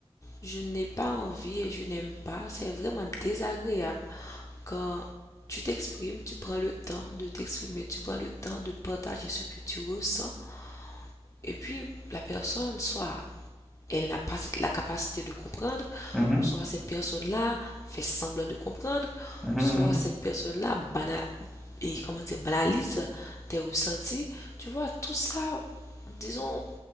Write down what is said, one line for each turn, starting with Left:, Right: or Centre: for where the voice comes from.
Left: Je n'ai pas envie et je n'aime pas. C'est vraiment désagréable quand tu t'exprimes, tu prends le temps de t'exprimer, tu prends le temps de partager ce que tu ressens. Et puis, la personne, soit elle n'a pas la capacité de comprendre,
Centre: Mhm,
Left: soit cette personne-là fait semblant de comprendre,
Centre: mhm,
Left: soit
Centre: mhm,
Left: cette personne-là banal et comment dire, banalise tes ressentis. Tu vois, tout ça, disons,